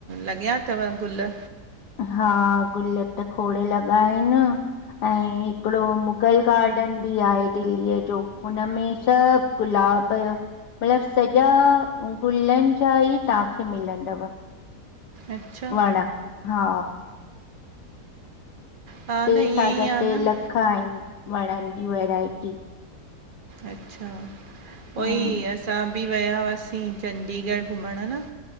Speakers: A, on the right; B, on the left.
A: लॻिया अथव, गुल
B: हा, गुल त खोड़, लॻा आहिनि। ऐं, हिकिड़ो मुगल, गार्डन बि आहे दिल्लीअ, जो हुनमें सभु गुलाब, यो मतिलबु सॼा गुलनि, जा ई तव्हांखे मिलंदव।
A: अच्छा,
B: वण, हा
A: हा
B: टे,
A: न ईअं
B: साढा
A: ई आ
B: टे
A: न।
B: लख, आहिनि, वणनि जा किस्म
A: अच्छा! ऊहोई,
B: हम्म
A: असां बि वया हुआसीं चंडीगढ़, घुमणु न